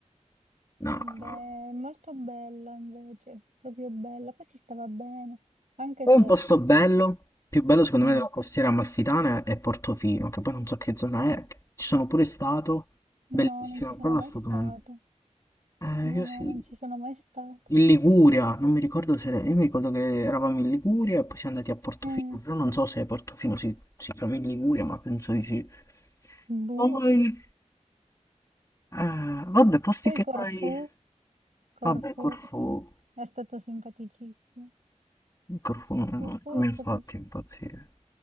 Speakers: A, on the left (about 25°); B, on the right (about 75°).
A: No,
B: vabbè,
A: no.
B: è molto bella invece, proprio bella. Poi si stava bene, anche
A: Poi
B: se...
A: un posto bello, più bello secondo
B: mm,
A: me della costiera amalfitana è Portofino, che poi non so che zona è, ci sono pure stato,
B: no,
A: bellissimo,
B: non ci sono
A: quello
B: mai
A: è stupendo.
B: stata.
A: Eh,
B: No,
A: io
B: no,
A: sì.
B: non ci sono mai stata.
A: In Liguria, non mi ricordo se... Io mi ricordo che eravamo in Liguria e poi siamo andati a Portofino,
B: Mm,
A: però non so se Portofino si, si chiama in Liguria, ma penso di sì.
B: boh.
A: Poi, eh, vabbè, posti
B: Poi
A: che
B: Corfù,
A: fai...
B: Corfù
A: Vabbè, Corfu...
B: è stato simpaticissimo.
A: Corfu non,
B: Corfù
A: non mi
B: è stato
A: ha fatto impazzire.